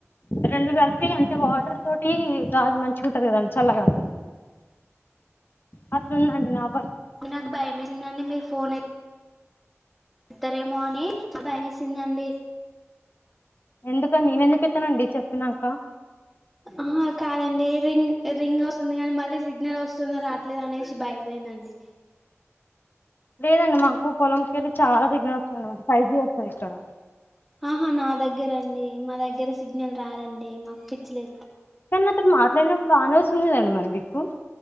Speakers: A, on the left (about 45°); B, in the centre.
A: రెండు కలిపి అంటే వాటర్ తోటి గాలి మంచిగుంటది కదండి చల్లగా వత్తుందండి నాక్
B: నాకు భయంమేసిందండి మీరు ఫోన్ ఎ త్తరేమో అని భయమేసిందండి
A: ఎందుకండి నేను ఎందుకు ఎత్తానండి చెప్పినాక
B: ఆ కాదండి రింగ్ రింగ్ అవుతుంది కానీ మళ్ళీ సిగ్నల్ వస్తుందో రాట్లేదో అనేసి భయమైందండి
A: లేదండి మాకు పొలంకెళ్ళి చాలా సిగ్నల్ వస్తుంది అనమాట ఫైవ్ జీ వస్తది ఇక్కడ
B: ఆహా నా దగ్గరండి మా దగ్గర సిగ్నల్ రాదండి మాకు పిచ్చిలే
A: కానీ నాతో మాట్లాడనప్పుడు బానే ఒస్తుంది మరి మీకు